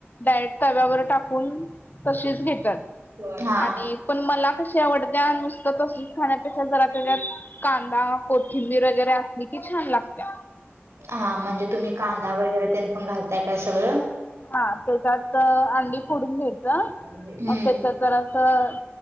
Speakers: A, on the left; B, on the right.
A: डायरेट तव्यावरर टाकून तशीच घेतात.
B: हम्म हा
A: आणि पण मला कशी आवड द्या नुसतं तसं खाण्यापेक्षा जराात. कांदा कोथिंबीर वगैरे असली की छान लागते.
B: हा म्हणजे तुम्ही कांदा वगैरे त्यांनी पण घालताय काय सगळं.
A: हा त्याच्यात अंडी फोडून घ्यायचं,
B: हम्म
A: मग त्याच्यात जरासं